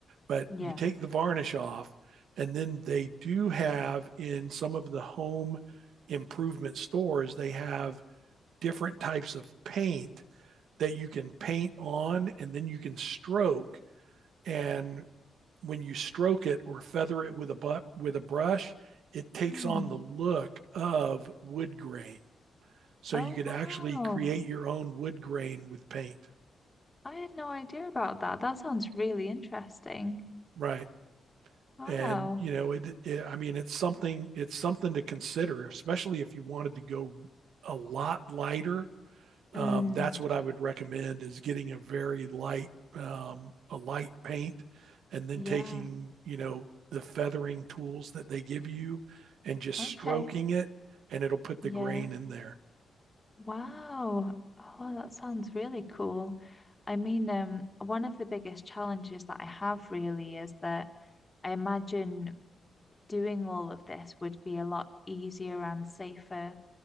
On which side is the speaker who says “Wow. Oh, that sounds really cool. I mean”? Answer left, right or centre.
Left